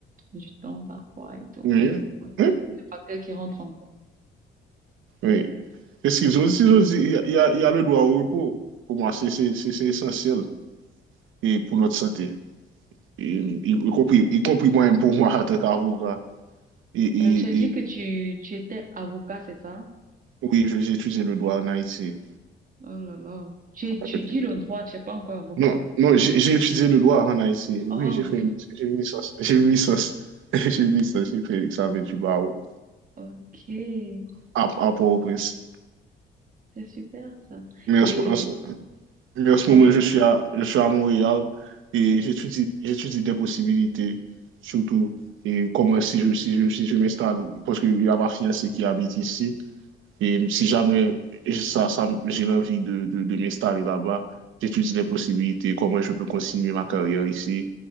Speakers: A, on the right; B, on the right.
A: du temps parfois et tout.
B: oui,
A: Il
B: oui.
A: y a plein de facteurs qui rentrent en compte.
B: oui. Parce qu'ils ont aussi, ils ont aussi- il y a, il y a il y a le droit au repos. Pour moi, c'est c'est- c'est- c'est essentiel et pour notre santé. Et, y, y compris, y compris moi-même pour moi, en tant qu'avocat. Et, et,
A: Euh, tu as dit
B: et
A: que tu, tu étais avocat, c'est ça?
B: oui, je- j'ai utilisé le droit en Haïti.
A: Oh là là. Tu étudies
B: Oui.
A: le droit, tu n'es pas encore avocat.
B: Non, non, j'ai j'ai étudié le droit en Haïti.
A: Oh,
B: Oui, j'ai fait une, j'ai une licence. J'ai une licence. <laughs> J'ai une licence, j'ai fait l'examen du barreau
A: ok.
B: à, à Port-au-Prince.
A: C'est super ça.
B: Mais en
A: Et
B: ce, en ce- mais en ce
A: toi?
B: moment, je suis à, je suis à Montréal et j'étudie, j'étudie des possibilités, surtout et comment si je, si je, si je m'installe, parce qu'il y a ma fiancée qui habite ici. Et si jamais ça, ça- j'ai l'envie de, de, de m'installer là-bas, j'étudie les possibilités, comment je peux continuer ma carrière ici.